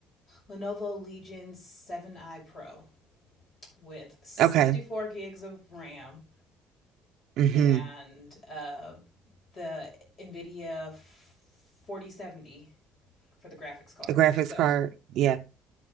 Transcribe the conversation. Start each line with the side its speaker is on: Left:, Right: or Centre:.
Left: Lenovo Legion 7i Pro with 64
Right: Okay.
Left: gigs of RAM,
Right: Mm-hmm.
Left: and uh, the NVIDIA 4070 for the graphics card.
Right: A graphics
Left: So
Right: card. Yeah.